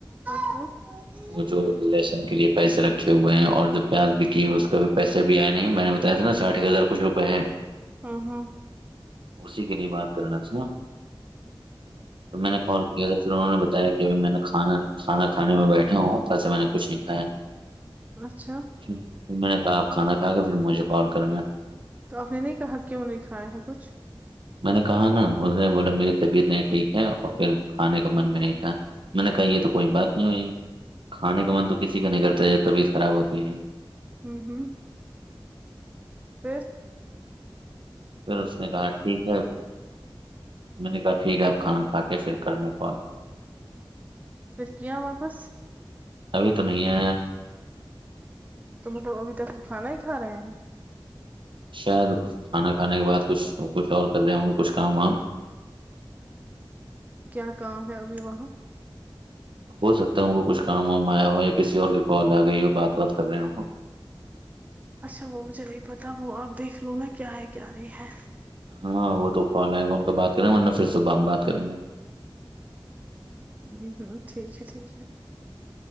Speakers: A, on the right; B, on the right.
A: ہ
B: وہ جو لہسن کے لیے پیسے رکھے ہوئے ہیں اور جو پیاز بکی ہے اس کا بھی پیسے بھی آئے نہیں میں نے نا ساٹھی ہزار کچھ روپئے ہے
A: ہاں ہاں
B: اسی کے لیے بات کرنا تھا نا تو میں نے کال کیا تھا پھر انہوں نے بتایا کہ ابھی میں نے کھانا کھانا کھانے میں بیٹھا ہوں کل سے میں نے کچھ نہیں کھایاھر
A: اچھا
B: میں نے کہاپ کھانا کھا کے پھر مجھے کال کرنا
A: تو آپ نے نہیں کہا کیوں نہیں کھایا ہے کچھ
B: میں نے کہا نا اس نے بولا میری طبیعت نہیں ٹھیک ہے اور پھر کھانے کا من بھی نہیں تھا میں نے کہا یہ تو کوئی بات نہیں ہوئی کھانے کا من تو کسی کا نہیں کرتا طبیعت خراب ہوتی ہے
A: ھمم ھمم پھر
B: پھر اس نے کہا ٹھیک ہے میں نے کہا ٹھیک ہے آپ کھانا کھا کے پھر کر میں کال
A: پھر کی آ واپس
B: ابھی تو نہیں آیا
A: تو مطلب ا بھی تو ا کھانا ہی کا رہے ہیں
B: شاید کھانا کھانے کے بعد کچھ کچھ اور کر رہے ہوں گے کچھ کام وام
A: کیا کام ہے ابھی وہاں
B: ہو سکتا ہے ان کو کچھ کام وام آیا ہو یا کسی اور کی کال آ گئی ہو بات بات کر رہے ہ
A: اچھا وہ مجھے نہیں پتا وہ آپ دیکھ لو ن کیا ہے کیا نہیں ہے
B: ہاں وہ تو کال آئے گا ان کا بات کریں گے ورنہ پھر صبح ہم بات کریں گے
A: ہ ہوں ٹھیک ہے ٹھیک ہے